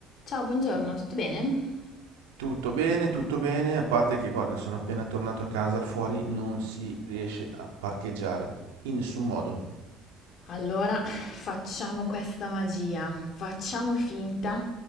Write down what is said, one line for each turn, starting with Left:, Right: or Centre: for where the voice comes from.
Left: Ciao, buongiorno, tutto bene?
Right: Tutto bene, tutto bene, a parte che guarda, sono appena tornato a casa, fuori non si riesce a parcheggiare, in nessun modo.
Left: Allora, facciamo questa magia. Facciamo finta